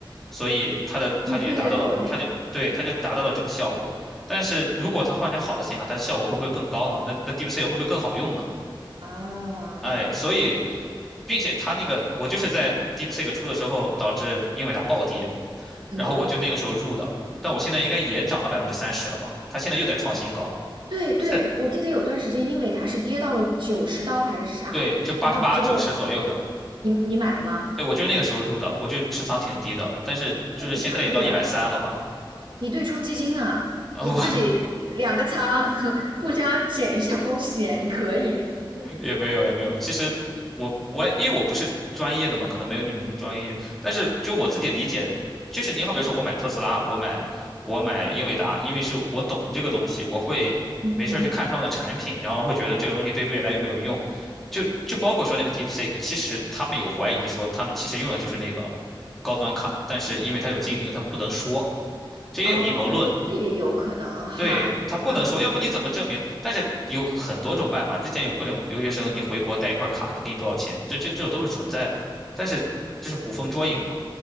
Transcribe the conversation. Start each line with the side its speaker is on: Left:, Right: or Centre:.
Centre: 所以它的它就也达到了，
Right: 嗯，对对对，国内，
Centre: 它就对它就达到了这个效果。但是如果它换成好的显卡，它的效果会不会更高呢？那那
Right: 啊
Centre: DeepSeek 会不会更好用呢？
Right: 啊，
Centre: 哎，所以，并且它那个我就是在 DeepSeek 出的时候导致英伟达暴跌，
Right: 嗯，
Centre: 然后我就那个时候入的，但我现在应该也涨了百分之三十了吧？它现在又在创新高，
Right: 对对，
Centre: 就是
Right: 我记得有段时间英伟达是跌到了九十刀还是啥，
Centre: 对，就八十八九十左右的。
Right: 然后结果你你买了吗？
Centre: 对，我就是那个时候入的，我就持仓挺低的，但是就是现在也到一百三了吧？
Right: 那可以啊，你对冲基金啊，
Centre: <laughs> 啊，
Right: 你自己两个仓
Centre: 我
Right: <laughs> 互相减一下风险，你可以。
Centre: 也没有也没有。其实我我也因为我不是专业的嘛，可能没有你们那么专业。但是就我自己理解，就是你好比说我买特斯拉，我买我买英伟达，因为是我懂这个东西，我会没事儿去看他们的产品，
Right: 嗯嗯，
Centre: 然后会觉得这个东西对未来有没有用。就就包括说那个 DeepSeek，其实他们有怀疑说他们其实用的就是那个高端卡，但是因为它有禁令，它不能说，这也有阴谋论。
Right: 哦，这也有可能哈，
Centre: 对，
Right: 有可能，
Centre: 他不能说，要不你怎么证明？但是有很多种办法，之前有各种留学生，你回国带一块卡，他给你多少钱，这这这都是存在的。但是这是捕风捉影嘛？